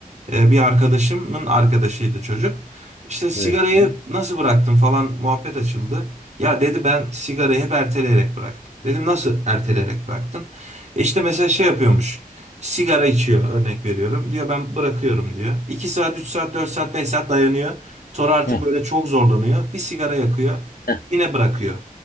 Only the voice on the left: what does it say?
Evet. Mehmet.
Heh.
Heh,